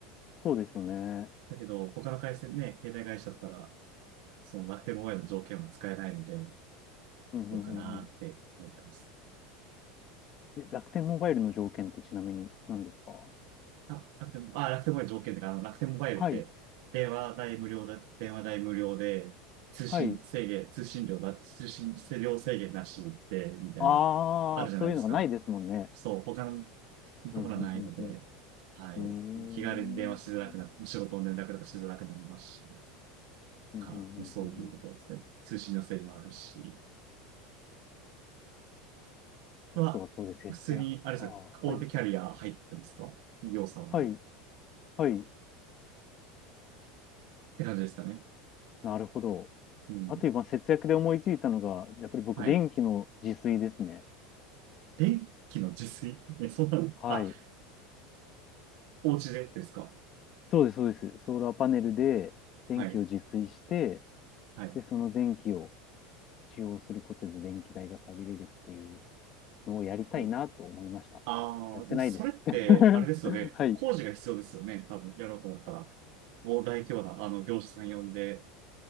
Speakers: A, on the left; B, on the right.
A: そうですよね。
B: だけど、他の回線ね、携帯会社だったら、その楽天モバイルの条件は使えないので、
A: うん、
B: どうかなって思ってます。
A: うん、うん、うん。え、楽天モバイルの条件ってちなみに何ですか
B: あ、楽天、あ、楽天モバイル条件で、あの、楽天モバイルって、
A: はい。
B: 電話代無料だ、電話代無料で、通信制限、
A: はい。
B: 通信料だ、通信量制限なしで、みたいな、
A: ああ、
B: あるじゃないですか。
A: そういうのがないですもんね。
B: そう、他の
A: うん、
B: ところはないので、
A: うん、うん、
B: はい、
A: うん。
B: 気軽に電話しづらくなって、
A: うーん。
B: 仕事の連絡とかしづらくなりますし、
A: うんうんうんうんうん
B: から、まあ、そういうところですね。通信の制限もあるし、は、
A: あとはそうです。節約か。
B: 普通に、あれですよ、
A: はい。
B: 大手キャリア入ってますか企業さんは。
A: はい。
B: っ
A: はい。
B: て感じですかね。
A: なるほど。
B: うん。
A: あと今、節約で思いついたのが、やっぱり僕、
B: はい。
A: 電気の自炊ですね。
B: 電気の自炊え、そうなのあ、
A: はい。
B: お家でですか
A: そうです、そうです。ソーラーパネルで電気を自炊して、
B: はい。はい。
A: で、その電気を使用することで電気代が下げれるっていうのをやりたいなと思いました。
B: え、ああ、
A: やってないです。
B: でもそれって、
A: <laughs>
B: あれですよね。
A: はい。
B: 工事が必要ですよね。多分、やろうと思ったら。もう大規模な、あの、業者さん呼んで。